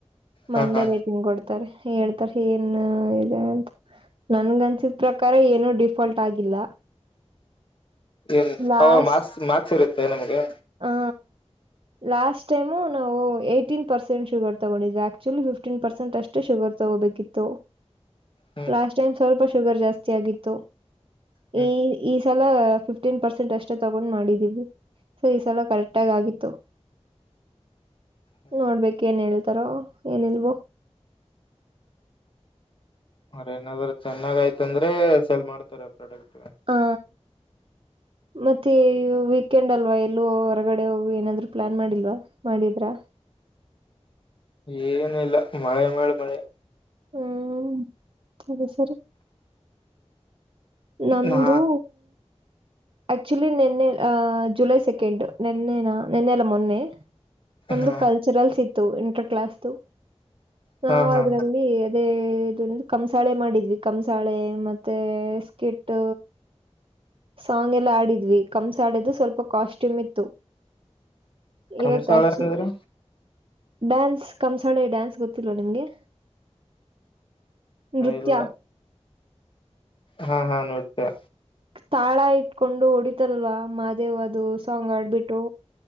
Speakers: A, on the right; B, on the left.
A: ಮಂಡೇ
B: ಹಾ ಹಾ
A: ರೇಟಿಂಗ್ ಕೊಡ್ತ ಹತ ಹೇಳ್ತಾರೆ ಏನ್ ಇದೆ ಅಂತ ನನ್ಗ ಅನ್ಸಿದ್ ಪ್ರಕಾರ ಏನುೂ ಡಿಫಾಲ್ಟ್ ಆಗಿಲ್ಲ
B: ಏನ್
A: ಲಾಸ್ಟ್
B: ಅವ ಮಾಸ್ ಮಾಕ್ ಇರುತ್ತೆ ನಮ್ಗೆ
A: ಆ ಲಾಸ್ಟ್ ಟೈಮು ನಾವು ಏ್ಟನ ಪರ್ಸೆಂಟ ಶುಗರ ತಗೊಂಡ್ವಿ ಆಕ್ಚುಲಿ ಫ್ಟೀನ್ ಪರ್ಸೆಂಟ ಅಷ್ಟ ಶುಗರ ತಗೋಬೇಕಿತ್ತು
B: ಹ್ಮ್
A: ಲಾಸ್ಟ್
B: ಹ್ಮ್
A: ಟೈಮ್ ಸ್ವಲ್ಪ ಶುಗರ್ ಜಾಸ್ತಿ ಆಗಿತ್ತು
B: ಹ್ಮ್
A: ಈ
B: ಹ್ಮ್
A: ಈ ಸಲ ಫಿಫ್ಟೀನ್ ಪರ್ಸೆಂಟ್ ಅಷ್ಟೇ ತಗೊಂಡ್ ಮಾಡಿದೀವಿ ಸೊ ಈ ಸಲ
B: ಹ್ಮ್
A: ಕರೆಕ್ಟ್ಗ
B: ಹ್ಮ್
A: ಆಗಿತ್ತು
B: ಹ್ಮ್
A: ನೋಡ್ಬೇಕ ಏನ್ ಹೇಳ್ತಾರೋ ಏನ್ ಲ್ವೋ
B: ಮ್ರ ಏನಾದ್ರರು ಚೆನ್ನಾಗ ಆಯ್ತ ಅಂದ್ರೆ ಸೆಲ್ ಮಾಡ್ತಾರೆ ಪ್ರಾಡಕ್ಟ್
A: ಹಾ ಮತ್ತೆ ವೀಕೆಂಡ್ ಅಲ್ವಾ ಎಲ್ಲೋ ಹೊರಗಡೆ ಹೋಗ ಏನಾದ್ರು ಪ್ಲಾನ್ ಮಾಡಿಲ್ವಾ ಮಾಡಿದ್ರಾ
B: ಏನ ಇಲ್ಲ ಮಳೆ ಮೇಲೆ ಮಳೆ
A: ಹ್ಮ್ ಸರಿ ಸರಿ ನಮ್ದು
B: ನಾ
A: ಆಕ್ಚುಲಿ ನಿನ್ನೆ ಜುಲೈ ಸೆಕೆಂಡ್ ನಿನ್ನೆನಾ ನಿನ್ನೆಲ್ಲ ಮೊನ್ನೆ ನಮ್ದು
B: ಹಾ
A: ಕಲ್ಚರಲ್ಸ್ ಇತ್ತು ಇಂಟರ್ ಕ್ಲಾಸ್ ನಾವವು
B: ಹಾ ಹಾ
A: ಅದ್ರಲ್ಲಿ ಅದೇ ಇದ ಕಂಸಾಳೆ ಮಾಡಿದ್ವಿ ಕಂಸಾಳೆ ಮತ್ತೆ ಸ್ಕಿಟ್ ಸಾಂಗ್ ಎಲ್ಲ ಆಡಿದ್ವಿ ಕಮ್ಸ್ ಆಡಿದು ಸ್ವಲ್ಪ ಕಾಸ್ಟ್ಯೂಮ್ ಇತ್ತು
B: ಕಂಸಾಳೆ
A: ಇವತ್ತು ಆಕ್ಚಲಿ
B: ಅಂದ್ರ
A: ಡ್ಯಾನ್ಸ್ ಕಂಸಾಳೆ ಡ್ಯಾನ್ಸ್ ಗೊತ್ತಿಲ್ವಾ ನಿಮ್ಗೆ ನೃತ್ಯ
B: ಇಲ್ಲ ಹಾ ಹಾ ನೋಡ್ತಯ
A: ತಾಳ ಇಟ್ಕೊಂಡು ಹೊಡಿತಾರಲ್ವಾ ಮಾದೇವ್ ಅದು ಸಾಂಗ್ ಆಡ್ಬಿಟ್ಟು